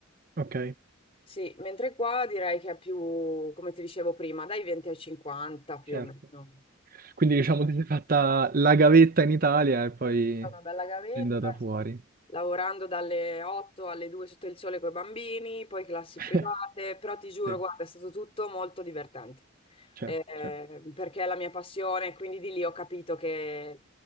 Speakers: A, on the right; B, on the left.
A: ok,
B: Sì, mentre qua direi che è più, come ti dicevo prima, dai 20 ai 50 più
A: certo.
B: o meno.
A: Quindi, diciamo, ti sei fatta la gavetta in Italia e poi
B: una bella gavetta,
A: è andata fuori.
B: sì. Lavorando dalle 8 alle 2 sotto il sole con i bambini, poi classi
A: <laughs>
B: private, però ti giuro,
A: Sì,
B: guarda, è stato tutto molto divertente,
A: certo,
B: Eh,
A: certo,
B: perché è la mia passione, quindi di lì ho capito che,